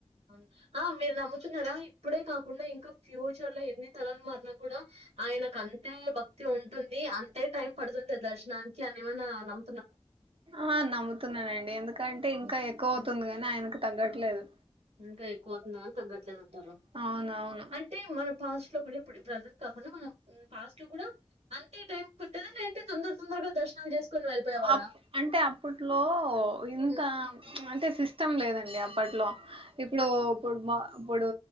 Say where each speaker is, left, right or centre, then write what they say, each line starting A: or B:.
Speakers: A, on the right; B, on the right.
A: అవును ఆ మీరు నమ్ముతున్నారా ఇప్పుడే కాకుండా ఇంకా ఫ్యూచర్ లో ఎన్ని తరాలు మ న కూడా ఆయనకు అంతే భక్తి ఉంటుంది అం టైమ్ పడుతుంది దర్శనానికి అని ఏమన్నా లం
B: ఆ నమ్ముతున్నానండి ఎందుకంటే ఇంకా
A: ఉం.
B: ఎక్కువ అవుతుంది
A: ఉం.
B: గాని ఆయనకు తగ్గట్లేదు
A: ఇంకా ఎక్కువ అవుతుందని తగ్గట్లేదు అంటార
B: అవునవును
A: అంటే మనం పాస్ట్ లో అప్పుడప్పుడు ప్రజర్ కాకుండా మనం పాస్ట్ లో కూడా అంతే టైం పట్టేద లేదా అందరు తొందరగా దర్శనాలు చేసుకొని వెళ్ళిపోయేవారా
B: అప్ అంటే అప్పట్లో ఇంత
A: హ్మ్
B: అంటే సిస్టమ్ లేదండి అప్పట్లో ఇప్పుడు ఇప్పుడు అప్పుడు